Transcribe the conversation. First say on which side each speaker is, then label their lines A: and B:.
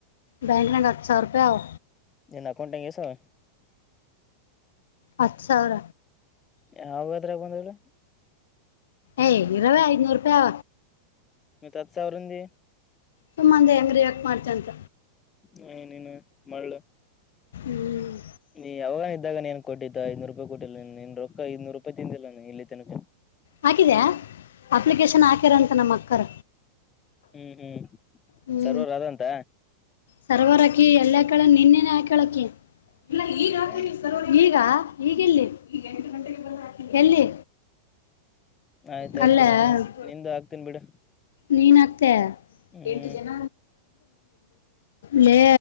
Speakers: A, on the left; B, on the left.
A: ಬ್ಯಾಂಕ್ ನ್ಯಾಗ ಹತ್ತ ಸಾವರ ರೂಪಾಯ ಅವ.
B: ಏನ ಅಕೌಂಟ್ನ್ಯಾಗ ಎಸ ಅವ.
A: ಹತ್ತು ಸಾವರ
B: ಯಾವಾದ್ರಾಗ ಬಂದ್ ಹೇಳ್
A: ಏ ಇರೋದೆ ಐದ್ನೂರು ರೂಪಾಯಿ
B: ನೀ ಹತ್ತ್ ಸಾವರ ಇಂದ್ದೀ
A: ಸುಮ್ಮ್ ಅಂದೆ ಹೆಂಗ್ ರಿಯಾಕ್ಟ್ ಮಾಡ್ತೀ ಅಂತ.
B: ಹೇ ನಿನ್ನು ಮಾಳ.
A: ಹ್ಮ್
B: ನೀ ಎಲ್ಲಾ ಇದ್ದಾಗ ನೀನ್ ಕೊಟ್ಟಿದ್ದ ಐದನೂರು ರೂಪಾಯಿ ಕೊಟ್ಟಿಲ್ಲ ನಿನ್ ರೊಕ್ಕ ಐದನೂರು ರೂಪಾಯಿ ತಿಂದಿಲ್ಲಾ ನಾ ಇಲ್ಲಿ ತನಕ.
A: ಹಾಕಿದ್ಯಾ ಅಪ್ಲಿಕೇಶನ್ ಹಾಕ್ಯರಂತ ನಮ್ಮ ಅಕ್ಕರ.
B: ಹ್ಮ್ ಹ್ಮ್
A: ಹ್ಞೂ
B: ಸರ್ವರ್ ಅದ್ದಾಂತ.
A: ಸರ್ವರ್ ಆಕಿ ಎಲ್ಲ್ ಹಾಕ್ಯಳ ನೆನ್ನೇನೆ ಹಾಕ್ಯಾಳ್ ಆಕಿ ಇಲ್ಲ ಈಗ
B: ನಿನ್ನೆ
A: ಹಾಕಿನಿ ಸರ್ವರ್ ಈಗ ಈಗೆಲ್ಲಿ ಈಗ ಎಂಟು ಗಂಟೆ ಬಂದು ಹಾಕಿನಿ ಎಲ್ಲಿ
B: ಆಯ್ತಾಯ್ತ್
A: ಕಲ್ಲ
B: ಬಿಡು ನಿನ್ ನಿಂದೂ ಆಕ್ತೀನಿ ಬಿಡು.
A: ನೀನ್ ಆಕ್ತ್
B: ಹ್ಮ್
A: ಎಂಟು ಜನ ಲ್ಲೇ